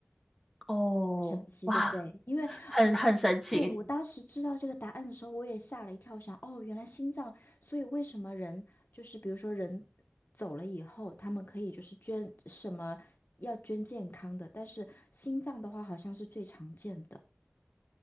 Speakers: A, in the centre; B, on the left.
A: 哦，
B: 神奇，
A: 哇，
B: 对不对？因为我
A: 很很神奇。
B: 对我当时知道这个答案的时候，我也吓了一跳，想哦，原来心脏，所以为什么人就是比如说人走了以后，他们可以就是捐什么要捐健康的，但是心脏的话好像是最常见的。